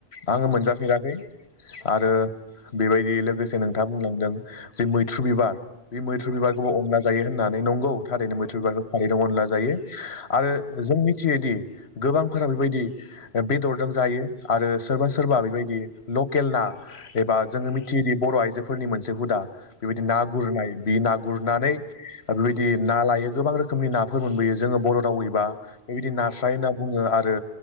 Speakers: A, in the centre; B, on the left.
A: नंगौ
B: आंङो मोनजाफेराखै
A: उम औ
B: आरो बेबायदि लोगोसे
A: उम
B: नोंथांङा बुंलांदों जे मैथ्रु
A: औ
B: बिबार बे मैथ्रु
A: औ
B: बिबारखौबो अनलाजों जायो होननानै नंगौ थारैनो
A: औ
B: मैथ्रु बिबारखो थारैनो
A: उम
B: अनला जायो
A: औ
B: आरो जों मिथियोदि गोबांफोरा
A: उम
B: बेबायदि बेदरदों
A: औ
B: जायो आरो सोरबा
A: औ
B: सोरबा बेबायदि लकेल ना एबा जोङो मिथियोदि बर' आइजोफोरनि मोनसे हुदा बेबायदि
A: औ
B: ना गुरनाय बि ना गुरनानै बेबायदि
A: औ
B: ना लायो गोबां रोखोमनि नाफोर मोनबोयो जोङो बर' रावैबा
A: उम
B: बेबायदि
A: औ
B: नास्राय होनना बुंङो आरो